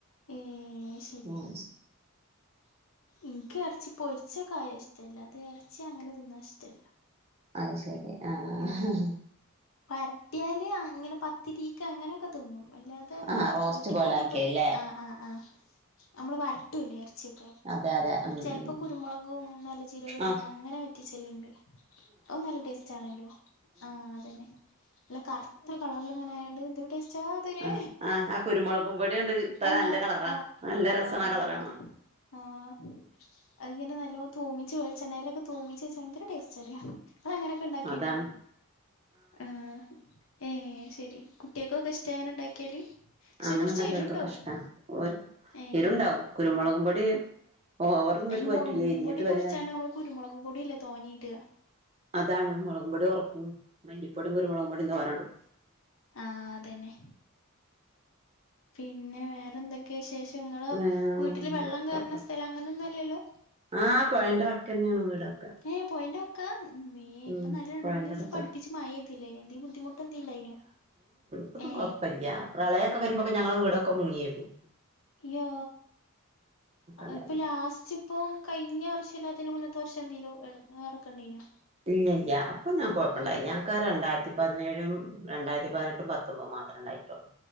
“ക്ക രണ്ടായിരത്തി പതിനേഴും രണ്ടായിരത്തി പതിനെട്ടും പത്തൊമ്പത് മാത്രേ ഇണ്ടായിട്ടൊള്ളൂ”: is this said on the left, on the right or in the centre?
Right